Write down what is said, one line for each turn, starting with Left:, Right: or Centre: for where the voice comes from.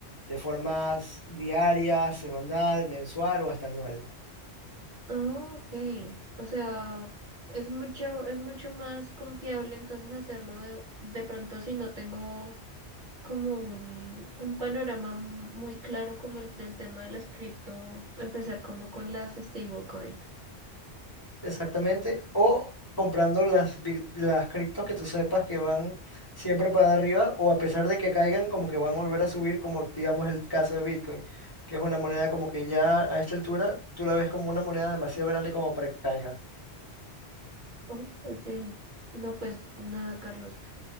Left: de formas diaria, semanal, mensual o hasta anual.
Right: Ah, ok. O sea, es mucho, es mucho más confiable entonces hacerlo de, de pronto si no tengo como un, un panorama mu- muy claro como el del tema de las cripto, empezar como con las stablecoin.
Left: Exactamente. O comprando las, bi- las criptos que tú sepas que van siempre para arriba o a pesar de que caigan, como que van a volver a subir, como digamos el caso de Bitcoin, que es una moneda como que ya a esta altura tú la ves como una moneda demasiado grande como para que caiga.
Right: Oh, ok. No, pues nada, Carlos.